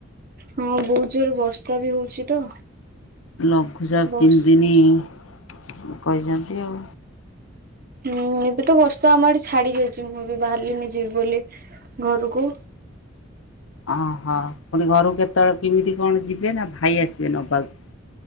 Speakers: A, on the right; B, on the left.
A: ହଁ ବହୁତ ଜୋରରେ ବର୍ଷା ବି ହଉଛି ତ।
B: ଲଘୁଚାପ
A: ବର୍ଷ
B: ତିନି ଦିନ କହିଛନ୍ତି ଆଉ।
A: ହୁଁ ଏବେ ତ ବର୍ଷା ଆମ ଆଡେ ଛାଡି ଯାଇଛି ମୁଁ ଏବେ ବାହାରିଲିଣି ଯିବି ବୋଲି ଘରକୁ।
B: ଓହୋ ପୁଣି ଘରକୁ କେତେବେଳେ କେମିତି କଣ ଯିବେ ନା ଭାଇ ଆସିବେ ନବାକୁ?